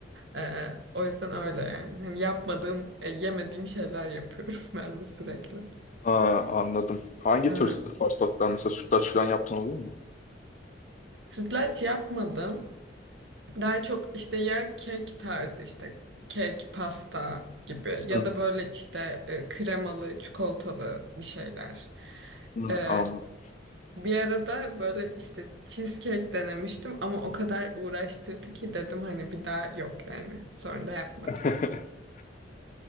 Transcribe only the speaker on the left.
Ha, anladım. Hangi
tür pastalar mesela sütlaç falan yaptın oluyor mu?
Hı,
hı,
anladım.
<laughs>